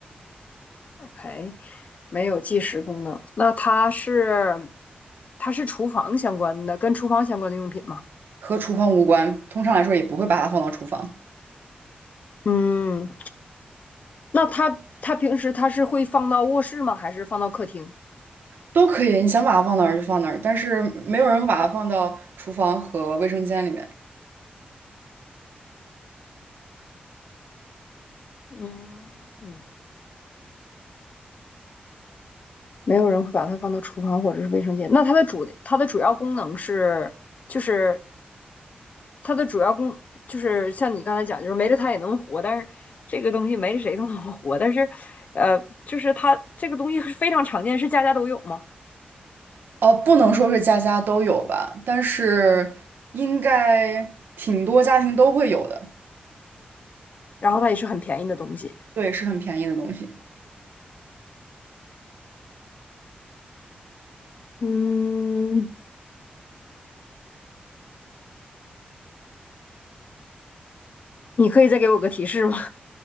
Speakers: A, on the left; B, on the right.
A: ？OK，没有计时功能。那它是它是厨房相关的，跟厨房相关的用品吗？
B: 和厨房无关，通常来说也不会把它放到厨房，
A: 嗯，那它它平时它是会放到卧室吗？还是放到客厅？
B: 都可以，你想把它放哪儿就放哪儿，但是没有人会把它放到厨房和卫生间里面。
A: 嗯，嗯。没有人会把它放到厨房或者是卫生间。那它的主它的主要功能是，就是它的主要功就是像你刚才讲，就是没了它也能活，但是这个东西没着谁都能活。但是，呃，就是它这个东西是非常常见，是家家都有嘛。
B: 哦，不能说是家家都有吧，但是应该挺多家庭都会有的。
A: 然后它也是很便宜的东西。
B: 对，是很便宜的东西。
A: 嗯，你可以再给我个提示吗？